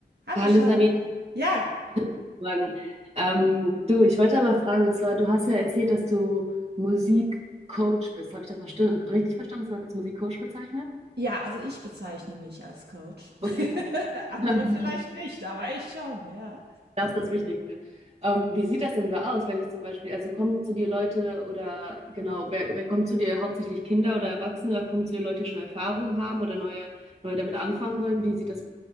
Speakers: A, on the right; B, on the right.
A: Hallo
B: Hallo
A: Charlotte.
B: Sabine.
A: Ja,
B: Guten Morgen. Ähm, du, ich wollte mal fragen, und zwar, du hast ja erzählt, dass du Musikcoach bist. Habe ich das verste- richtig verstanden, dass man das als Musikcoach bezeichnet?
A: ja, also ich bezeichne mich als Coach. <laughs>
B: Okay,
A: Andere
B: <laughs>
A: vielleicht nicht, aber ich schon, ja.
B: das ist das Wichtigste. Ähm, wie sieht das denn so aus, wenn ich zum Beispiel, also kommen zu dir Leute oder genau, wer, wer kommt zu dir? Hauptsächlich Kinder oder Erwachsene oder kommen zu dir Leute, die schon Erfahrung haben oder neue, neue damit anfangen wollen? Wie sieht das